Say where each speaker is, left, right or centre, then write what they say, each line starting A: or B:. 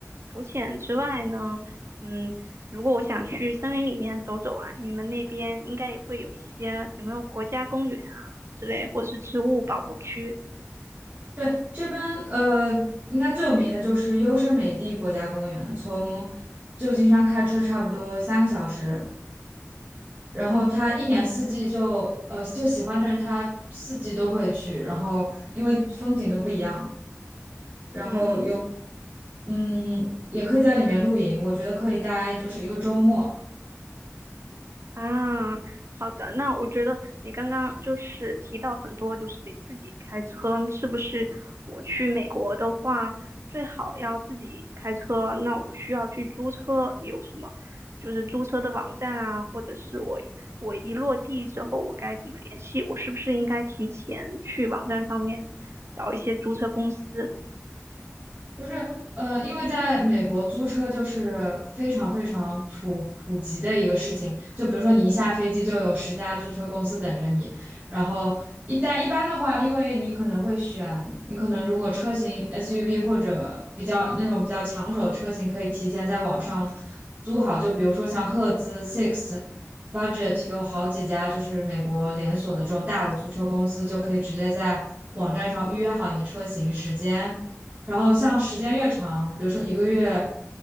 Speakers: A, on the right; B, on the right.
A: 浮潜之外呢，嗯，如果我想去森林里面走走啊，你们那边应该也会有一些，有没有国家公园啊之类，或者是植物保护区？
B: 对，这边呃，应该最有名的就是优胜美地国家公园，从旧金山开车差不多三个小时。然后他一年四季就呃，就喜欢的人他四季都会去，然后因为风景都不一样，然后有
A: 嗯。
B: 嗯，也可以在里面露营，我觉得可以待就是一个周末。
A: 啊，好的，那我觉得你刚刚就是提到很多，就是得自己开车，是不是？我去美国的话，最好要自己开车，那我需要去租车，有什么就是租车的网站啊，或者是我我一落地之后，我该怎么联系？我是不是应该提前去网站上面找一些租车公司
B: 就是呃，因为在美国租车就是非常非常普普及的一个事情。就比如说你一下飞机就有十家租车公司等着你，然后一但一般的话，因为你可能会选，你可能如果车型 SUV 或者比较那种比较抢手的车型，可以提前在网上租好。就比如说像赫兹、s i x Budget 有好几家就是美国连锁的这种大的租车公司，就可以直接在网站上预约好你的车型时间。然后像时间越长，比如说一个月